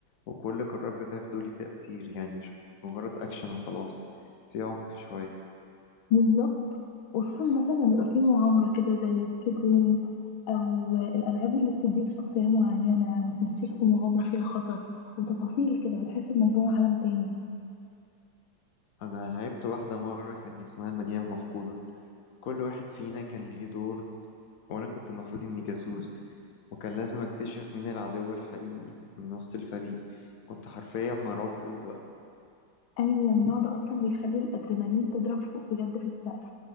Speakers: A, on the left; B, on the left.
A: وكل قرار بتاخده ليه تأثير يعني مش مجرد اكشن وخلاص في عمق شوية
B: بالظبط وخصوصا مثلا بيبقى فيه مغامرة كده زي سكيب روم أو الألعاب اللي بتديك شخصية معينة وتمشيك في مغامرة فيها خطر وتفاصيل كده بتحس إنك جوه عالم تاني
A: انا لعبت واحدة مرة كان اسمها المدينة المفقودة كل واحد فينا كان ليه دور وانا كنت المفروض اني جاسوس وكان لازم اكتشف مين العدو الحقيقي من وسط الفريق كنت حرفيا مرعوب طول الوقت
B: ايوه النوع ده اصلا بيخلي الادرينالين تضرب فوق بجد في السقف